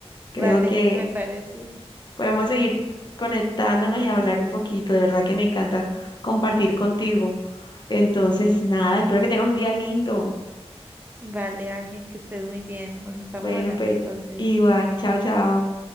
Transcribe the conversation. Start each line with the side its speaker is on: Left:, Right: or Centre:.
Left: Creo
Right: Vale,
Left: que...
Right: me parece.
Left: Podemos seguir conectándonos y hablar un poquito. De verdad que me encanta compartir contigo. Entonces, nada, espero que tengas un día lindo.
Right: Vale, Ángel, que estés muy bien. Nos estamos
Left: Bueno,
Right: hablando
Left: pues
Right: entonces.
Left: igual, chao, chao.